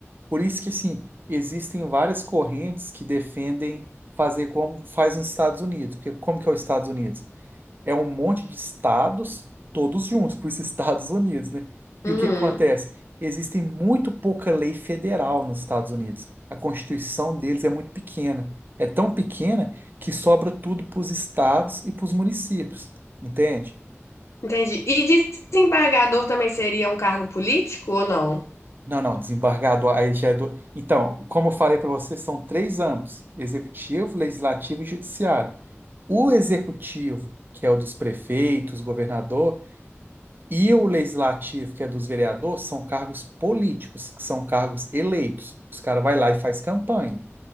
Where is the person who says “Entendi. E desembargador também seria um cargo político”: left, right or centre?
Left